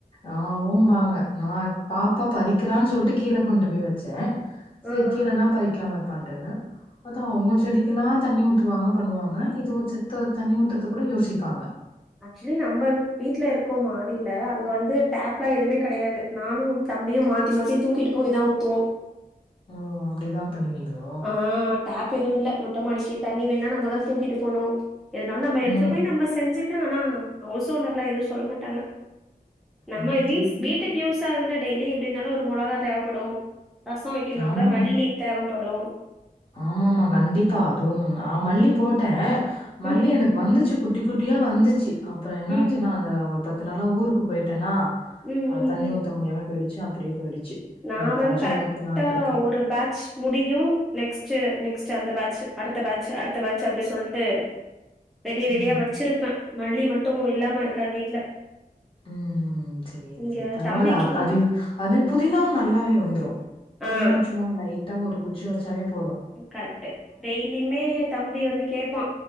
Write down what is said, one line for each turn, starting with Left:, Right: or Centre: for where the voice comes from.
Left: ஆ ஓம்பாங்க நான் பாப்பா பறிக்கிறான்னு சொல்லிட்டு கீழே கொண்டு போய் வெச்சேன் செரி
Centre: ஆ
Left: கீழனா
Centre: ஆ
Left: பறிக்காம இருப்பான்ட்டேன்னு அதா அவங்க செடிக்கெல்லா தண்ணி ஊத்துவாங்க பண்ணுவாங்க இது ஒரு செத்த தண்ணி ஊத்துறதுக் கூட யோசிப்பாங்க
Centre: ஆக்சுவலி நம்ம வீட்ல இருக்கோ மாடியில அங்க வந்து டேப்லா எதுமே கெடயாது நானு தம்பியு மாத்தி மாத்தி தூக்கிட்டு போய் தா ஊத்துவோ
Left: ஓ அப்டிதா பண்ணுவீங்ளோ
Centre: ஆ டேப் எதுவு இல்ல மொட்டமாடிக்கு தண்ணி வேண்ணா நம்ம தா தூக்கிட்டு போணு எதுனாலு நம்ம எடுத்துட்டு
Left: ம்
Centre: போய் நம்ம செஞ்சுக் லா ஆனா ஹவுஸ் ஓனர்லா எதுவு சொல்ல மாட்டாங்க நம்ம
Left: இங்கெல்லா
Centre: வீஸ்
Left: இப்டி
Centre: வீட்டுக்கு யூஸ் பத்தாதுல டெய்லி எப்டி இருந்தாலு ஒரு மொளகா தேவைப்படு ரசோ வைக்கண்னா
Left: ஆமா
Centre: கூட மல்லி
Left: ஆமா
Centre: தேவப்படு
Left: ஆமாமா கண்டிப்பா அதுவு நா மல்லி போட்டே மல்லி
Centre: ம் ம்
Left: எனக்கு வந்துச்சு குட்டி குட்டியா வந்துச்சு அப்றோ என்ன ஆச்சுனா
Centre: ம்
Left: வெ ஒரு பத்து நாளா ஊருக்கு போயிட்டேனா
Centre: ம்
Left: அ
Centre: ம்
Left: தண்ணி
Centre: ம்
Left: ஊத்த முடியாமே போயிடுச்சு அப்டியே போயிடுச்சு
Centre: நா
Left: வேற ஏதாச்சும்
Centre: வந்து கரெக்டா
Left: வைக்கலான்னு இருக்கேன்.
Centre: ஒ ரு பேட்ச் முடியு நெக்ஸ்டு நெக்ஸ்டு அந்த பேட்ச் அடுத்த பேட்ச் அடுத்த பேட்ச் அப்டி சொல்ட்டு ரெடி ரெடியா
Left: ம்.
Centre: வச்சிருப்பே மல்லி மட்டு இல்லாம இருக்காது வீட்ல
Left: ம் ம் செரி
Centre: இங்க
Left: செரி பரவால்ல
Centre: தம்பிக்கு
Left: அப் அது அது புதினாவு நல்லாவே வந்துரு புதினா
Centre: ஆ
Left: சும்மா லைட்டா ஒரு குச்சி வச்சாவே போது
Centre: கரெக்டு டெய்லியுமே தம்பி வந்து கேப்பா